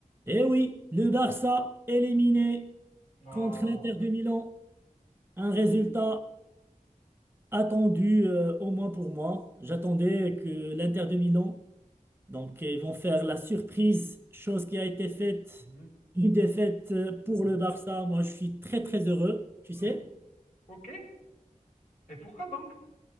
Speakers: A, on the right; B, on the left.
A: Eh oui, le Barça éliminé
B: Ah,
A: contre l'Inter
B: bah ouais.
A: de Milan. Un résultat
B: oui.
A: attendu, euh, au moins pour moi. J'attendais que l'Inter de Milan, donc ils vont faire la surprise, chose qui a été faite,
B: Mhm,
A: une défaite euh,
B: mhm,
A: pour le Barça. Moi, je suis très très heureux, tu
B: mhm.
A: sais.
B: <laughs> OK. Et pourquoi donc?